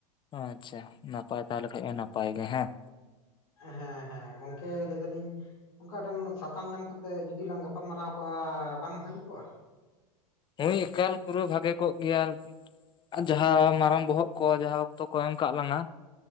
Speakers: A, on the left (about 25°); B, on the left (about 70°).
A: ᱟᱪᱪᱷᱟ ᱱᱟᱯᱟᱭ ᱛᱟᱦᱚᱞᱮ ᱞᱮᱠᱷᱟᱱ ᱱᱟᱯᱟᱭ ᱜᱮ ᱦᱮᱸ᱾
B: ᱦᱮᱸ ᱦᱮᱸ ᱜᱚᱝᱠᱮ ᱞᱟᱹᱭ ᱫᱟᱞᱤᱧ, ᱚᱱᱠᱟ ᱴᱷᱮᱱ ᱥᱟᱛᱟᱢ ᱧᱟᱢ ᱠᱟᱛᱮ ᱡᱩᱫᱤ ᱞᱟᱝ ᱜᱟᱯᱟᱞ ᱢᱟᱨᱟᱣ ᱠᱚᱜᱼᱟ ᱵᱟᱝ ᱵᱷᱟᱹᱜᱮ ᱠᱚᱜᱼᱟ,
A: ᱦᱳᱭ ᱮᱠᱟᱞ ᱯᱩᱨᱟᱹ ᱵᱷᱟᱜᱮ ᱠᱚᱜ ᱜᱮᱭᱟ᱾ ᱡᱟᱦᱟᱸ ᱢᱟᱨᱟᱝ ᱵᱚᱦᱚᱜ ᱠᱚ ᱡᱟᱦᱟᱸ ᱚᱠᱛᱚ ᱠᱚ ᱮᱢ ᱠᱟᱜ ᱞᱟᱝᱟ᱾